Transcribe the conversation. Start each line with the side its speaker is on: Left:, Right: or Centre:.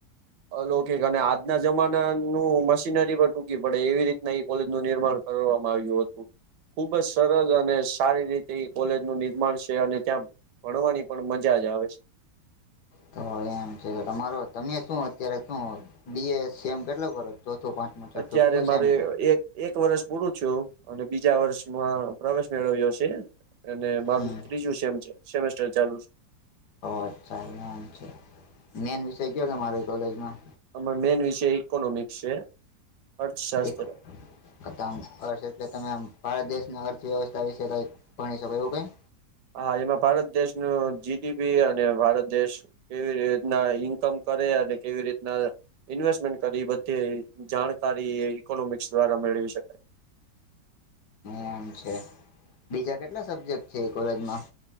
Right: અલૌકિક અને આજના જમાના નું મશીનરી પણ ટૂંકી પડે એવી રીતના એ કોલેજનું નિર્માણ કરવામાં આવ્યું હતું ખુબ જ સરળ અને સારી રીતે કોલેજનું નિર્માણ છે અને ત્યાં ભણવાની પણ મજા જ આવે છે
Left: તો એમ છે તો તમારો તમે શું અત્યારે શું ડીએસ સેમ કેટલો કરો ચોથું પાંચમું છઠ્ઠું
Right: અત્યારે
Left: કયું સેમ
Right: મારે
Left: હતા
Right: એક એક વર્ષ પૂરું થયું અને બીજા વર્ષમાં પ્રવેશ મેળવ્યો છે અને મારું
Left: હમ
Right: ત્રીજું સેમ છે સેમેસ્ટર ચાલુ
Left: અછા એમ છે મેન વિષય કયો તમારી કોલેજમાં
Right: અમારો મેન વિષય ઇકોનોમિક્સ છે અર્થશાસ્ત્ર
Left: એક અથંત અર્થ એટલે તમે ભારત દેશનો અર્થ વ્યવસ્થા વિશે કઈ ભણી શકો એવું કઈ
Right: હા એમાં ભારત દેશનું જીડીપી અને ભારત દેશ કેવી રીતના ઈ ઇન્કમ કરે અને કેવી રીતના ઇન્વેસ્ટમેન્ટ કરી બધી જાણકારી ઈકોનોમિક્સ દ્વારા મેળવી શકાય
Left: આમ છે બીજા કેટલા સબ્જેક્ટ છે એ કોલેજમાં